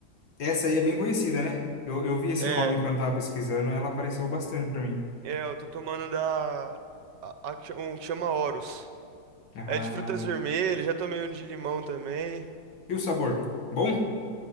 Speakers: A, on the left; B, on the right.
A: Essa aí é bem conhecida, né? Eu, eu vi esse
B: É,
A: nome quando eu tava pesquisando, ela apareceu bastante pra mim.
B: é, eu tô tomando da, a, a que cha- um que chama Horus.
A: Ah.
B: É de frutas vermelhas, já tomei um de limão também.
A: E o sabor? Bom?